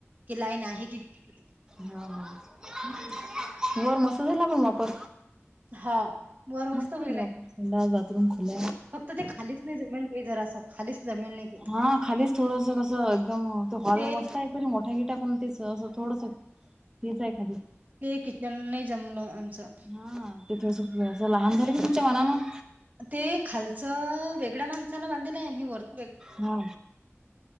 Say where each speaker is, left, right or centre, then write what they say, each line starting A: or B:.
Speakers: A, on the right; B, on the right.
A: की लाईन आहे कि गेली
B: हा- हा
A: हम्
B: वर मस्त झाला पण वापर
A: हा. वर मस्त
B: मस्ण
A: व्हायलाय
B: थंडा बाथरूम खुला
A: फक्त ते खालीच नाही जमेल बाई जरा असं खालीच जमेल नाही ते
B: हा खाली थोडस कसं एकदम त हॉल
A: ते
B: मस्त आहे तरी मोठा गिटा पण तेस असं थोडस तेच एखादी
A: ते किचन नाही जमलं. आमचं
B: हा तेिथस लहान झालं की तुमच्या मनान
A: ते खालचं वेगळ्या माणसानं बांधलं आहे वरत
B: हा